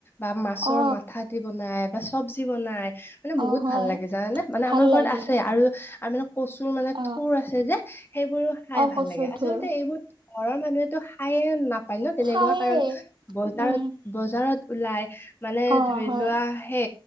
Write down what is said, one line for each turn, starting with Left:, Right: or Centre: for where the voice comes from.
Left: বা মাছৰ
Right: অ
Left: মাথা দি বনাই, বা চব্জি বনাই, মানে বহুত
Right: অ হয়
Left: ভাল লাগে জানানে মানে
Right: ভাল
Left: আমাৰ
Right: লাগে
Left: ঘৰত আছে আৰু-আৰু মানে কচুৰ মানে
Right: অ
Left: থুৰ আছে যে সেইবোৰো খাই
Right: অ
Left: ভাল
Right: কচুৰ
Left: লাগে আচলতে
Right: থোৰ
Left: এইবোৰ ঘৰৰ মানুহেতো খায়ে নাপায় ন তেনেকুৱা?
Right: খায়ে
Left: কাৰণ বজাৰত
Right: উম
Left: বজাৰত ওলাই মানে
Right: অ
Left: ধৰি
Right: হয়
Left: লোৱা হে